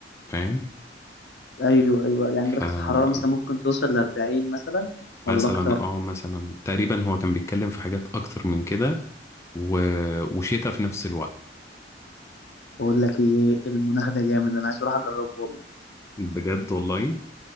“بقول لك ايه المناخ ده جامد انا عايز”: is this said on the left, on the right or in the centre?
Left